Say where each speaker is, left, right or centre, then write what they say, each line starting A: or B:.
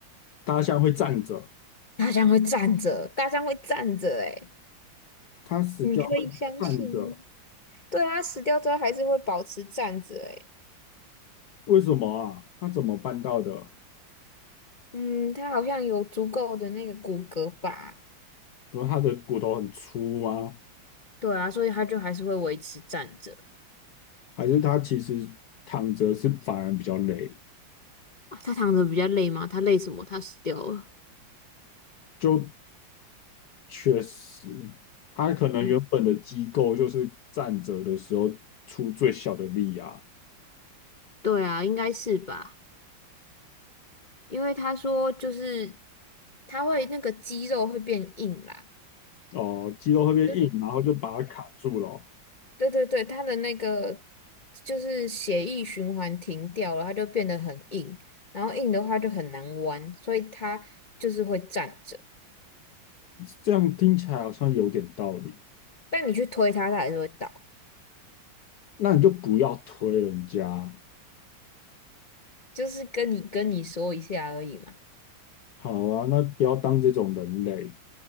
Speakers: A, on the left (about 70°); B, on the left (about 85°).
A: 大象会站着，
B: 大象会站着，大象会站着、欸，诶
A: 它死掉会站着，
B: 你可以相信吗？对啊，死掉之后还是会保持站着、欸，诶
A: 为什么啊？它怎么办到的？
B: 嗯，它好像有足够的那个骨骼吧？
A: 说它的骨头很粗吗？
B: 对啊，所以它就还是会维持站着。
A: 还是它其实躺着是反而比较累？
B: 啊，它躺着比较累吗？它累什么？它死掉了。
A: 就确实，他可能原本的机构就是站着的时候出最小的力啊，
B: 嗯，对啊，应该是吧。因为他说就是他会那个肌肉会变硬啦，
A: 哦，肌肉会变硬，
B: 对
A: 然后就把它卡住了哦。
B: 对对对对，他的那个就是血液循环停掉了，他就变得很硬，然后硬的话就很难弯，所以他就是会站着，
A: 这样听起来好像有点道理。
B: 但你去推他，他还是会倒，
A: 那你就不要推人家，
B: 就是跟你跟你说一下而已嘛。
A: 好啊，那不要当这种人类。